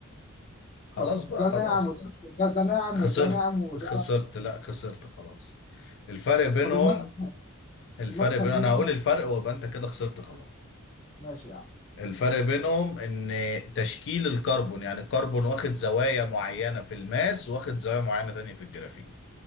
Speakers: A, on the left (about 55°); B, on the left (about 35°).
A: خلاص
B: طب
A: بقى
B: ده
A: خلاص
B: ناعم وده ده, ده ناعم
A: خسرت
B: وده ناعم وده
A: خسرت لا خسرت خلاص الفرق بينهم
B: طب المسح
A: الفرق
B: المسحجين
A: بين انا هقول الفرق وابقى انت كده خسرت خلاص
B: ماشي يعني
A: الفرق بينهم ان تشكيل الكربون يعني الكربون واخد زوايا معينة في الماس واخد زوايا معينة تانية في الجرافيت